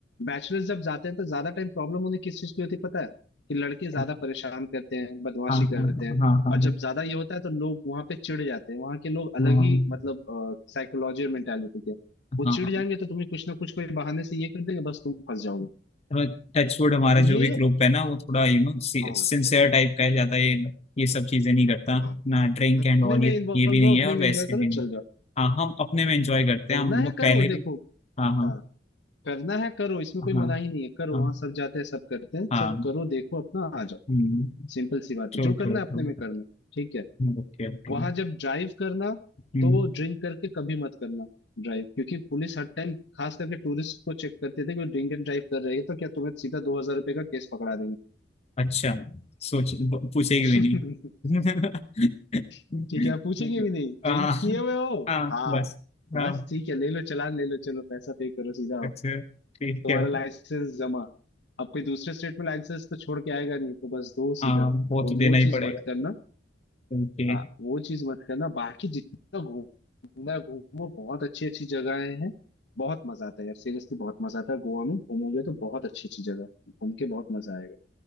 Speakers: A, on the left; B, on the left.
A: बैचलर्स जब जाते हैं तो ज्यादा टाइम प्रॉब्लम उन्हें किस चीज की होती है पता है कि लड़के ज्यादा
B: it.
A: परेशान करते हैं बदमाशी
B: हाँ
A: करते
B: हाँ
A: हैं
B: हाँ हाँ
A: और जब ज्यादा ये होता है तो लोग वहां पे चिढ़ जाते हैं वहां के लोग अलग
B: हाँ
A: ही मतलब साइकोलॉजी और मेंटेलिटी के हैं। वो
B: हाँ
A: चिढ़
B: हाँ।
A: जाएंगे तो तुम्हें कुछ ना कुछ कोई बहाने से ये कर देंगे बस तुम फंस जाओगे
B: थोड़ा टचवुड हमारा
A: तो ये
B: जो भी ग्रुप है ना वो थोड़ा यू नो सिंसियर
A: हाँ
B: टाइप का है ज्यादा ये ये सब चीजें नहीं करता
A: हाँ
B: ना ड्रिंक
A: अपने
B: एंड ऑल
A: में
B: ये
A: इन्वॉल्व
B: ये भी नहीं
A: रहो अपने
B: है और
A: में
B: वैसे
A: एंजॉय करो
B: भी नहीं
A: चल जाओ
B: हाँ हम अपने में एंजॉय करते
A: करना
B: हैं हम
A: है
B: लोग
A: करो
B: पहले
A: देखो
B: भी हाँ हाँ
A: हाँ करना है करो इसमें कोई
B: हाँ
A: मनाही नहीं है करो
B: हाँ
A: वहां सब जाते हैं सब करते हैं
B: हाँ
A: सब करो देखो अपना आ जाओ
B: हम्म
A: सिंपल सी बात
B: True
A: है जो करना
B: true
A: है अपने
B: true
A: में करना ठीक है
B: Okay okay
A: वहां जब ड्राइव करना
B: हम्म
A: तो ड्रिंक करके कभी मत करना ड्राइव क्योंकि पुलिस हर टाइम खास करके टूरिस्ट को चेक करते थे कि ड्रिंक एंड ड्राइव कर रहे हैं तो क्या तुम्हें सीधा दो हजार रुपए का केस पकड़ा
B: अच्छा सोच ब- पूछेगी भी
A: देंगे
B: नहीं
A: <laughs>
B: <laughs>
A: ठीक है पूछेंगे भी नहीं
B: हाँ
A: ड्रिंक किए हुए हो
B: हाँ
A: हाँ
B: बस
A: बस
B: हाँ
A: ठीक है ले लो चालान ले लो चलो पैसा पे करो सीधा आओ
B: अच्छा ठीक
A: तुम्हारा
B: है
A: लाइसेंस जमा अब कोई दूसरे स्टेट में लाइसेंस तो छोड़ के आएगा नहीं तो बस दो सीधा
B: हाँ
A: तो
B: वो तो देना
A: वो
B: ही
A: चीज
B: पड़ेगा
A: मत करना
B: Okay
A: हाँ वो चीज मत करना बाकी जितना घूमना है, घूमो बहुत अच्छी अच्छी जगहें हैं बहुत मजा आता है यार सीरियसली बहुत मजा आता है गोवा में घूमोगे तो बहुत अच्छी अच्छी जगह है। घूम के बहुत मजा आएगा